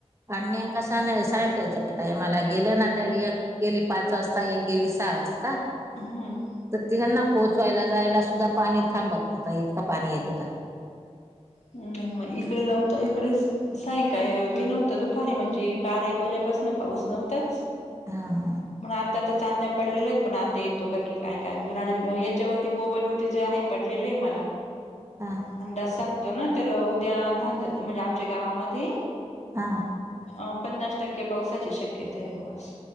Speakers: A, on the right; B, on the left.
A: आणि नेमका सा सायंकाळच्या टाईमाला गेल्या ना त्या एक. गेली पाच वाजता एक, गेली सहा वाजता.
B: हम्म.
A: तर तिघांना पोचवायला जायला सुद्धा पाणी थांबत नव्हता, इतका पाणी येत होता.
B: नाही मग इकडे नव्हत इकडेच सायंकाळी नव्हतं दुपारी म्हणजे बारा एक वाजेपासून पाऊस नव्हताच.
A: हा
B: पण आता चांदण्या पडलेल्या आहेत पण आता येतो का की काय काय जून याच्यावरती मोबाईल वती आहे पडलेलं आहे मला ह
A: हा ह.
B: अंदाज सांगतो ना तर उद्या ध म्हणजे आमच्या गावामध्ये
A: हा.
B: अ पन्नास टक्के पावसाची शक्यता आहे बस